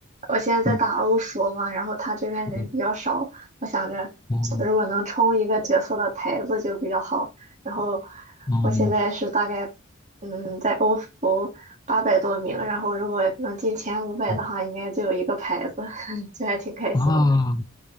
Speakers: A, on the right (about 35°); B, on the left (about 20°).
A: 我现在在打欧服嘛，
B: 哦
A: 然后他这边人比较少，
B: 对，
A: 我想着如果能冲一个角色的牌子就比较好。
B: 哦
A: 然后
B: 哦
A: 我现在是大概，嗯，在欧服八百多名，然后如果能进前五百的话，
B: 哦
A: 应该就有一个牌子，<laughs> 就还挺开心的。
B: 哦，